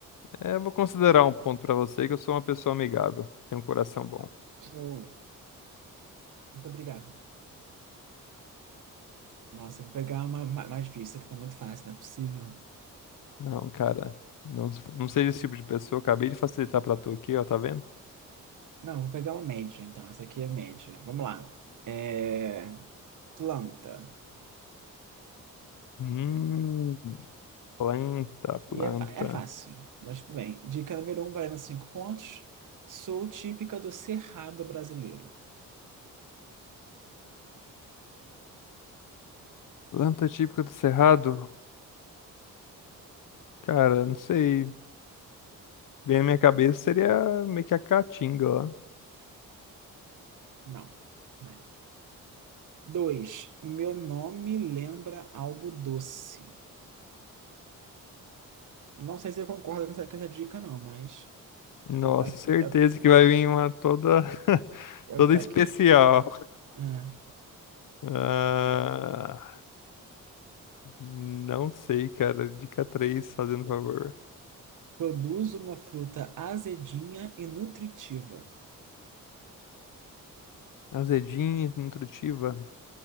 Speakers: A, on the left; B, on the right.
A: É, eu vou considerar um ponto pra você que eu sou uma pessoa amigável. Tenho um coração bom.
B: Boa. Muito obrigado. Nossa, eu vou pegar uma ma- mais difícil, que tá muito fácil, não é possível.
A: Não, cara. Não, não seja esse tipo de pessoa. Acabei de facilitar pra tu aqui, ó, tá vendo?
B: Não, vou pegar uma média, então. Essa aqui é média. Vamos lá. É... Planta.
A: Hum, planta,
B: E
A: planta.
B: é, fa- é fácil, mas tudo bem. Dica número um, valendo cinco pontos. Sou típica do Cerrado brasileiro.
A: Planta típica do Cerrado? Cara, não sei. Vem na minha cabeça seria meio que a caatinga lá.
B: Não, né? Dois, meu nome lembra algo doce. Não sei se eu concordo com essa, com essa dica, não, mas
A: Nossa,
B: é o que tá aqui.
A: certeza
B: É,
A: que vai vir uma toda, <laughs>
B: é o
A: toda
B: que tá
A: especial.
B: aqui. É.
A: Ah, não sei, cara. Dica três, fazendo favor.
B: Produz uma fruta azedinha e nutritiva.
A: Azedinha, e nutritiva.